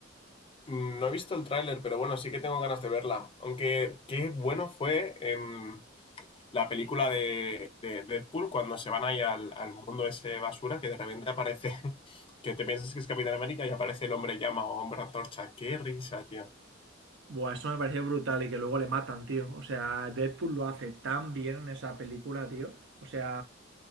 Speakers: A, on the left; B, on the right.
A: Mm, No he visto el tráiler, pero bueno, sí que tengo ganas de verla. Aunque qué bueno fue en la película de, de Deadpool cuando se van ahí al, al mundo ese basura que de repente aparece, <laughs> que te piensas que es Capitán América y aparece el hombre llama o hombre antorcha. Qué risa, tío.
B: Buah, eso me pareció brutal y que luego le matan, tío. O sea, Deadpool lo hace tan bien en esa película, tío. O sea,